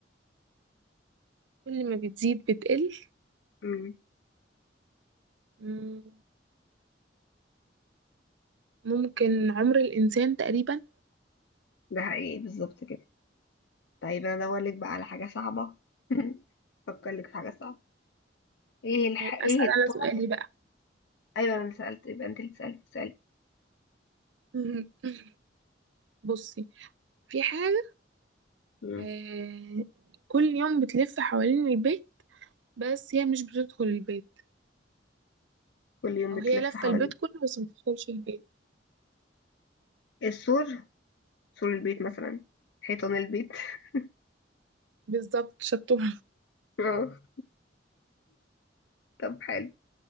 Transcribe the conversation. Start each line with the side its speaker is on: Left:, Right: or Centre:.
Right: كل ما بتزيد بتقل
Left: مم.
Right: مم، ممكن عمر الإنسان تقريبا
Left: ده حقيقي بالظبط كده طيب انا ادور لك بقى على حاجه صعبه <laughs> افكر لك في حاجه صعبه ايه الح...
Right: هيبقى
Left: ايه
Right: أسأل
Left: الطار
Right: أنا سؤالي بقى
Left: ايوه انا اللي سالت يبقى انت اللي سالت سالت
Right: <laughs> بصي في حاجة
Left: مم.
Right: آه كل يوم بتلف حوالين البيت بس هي مش بتدخل البيت
Left: كل يوم
Right: أو
Left: بتلف
Right: هي لفة
Left: حوالين
Right: البيت كله بس ما بتدخلش البيت
Left: السور سور البيت مثلا حيطان البيت <laughs>
Right: بالظبط شطور
Left: آه. طب حلو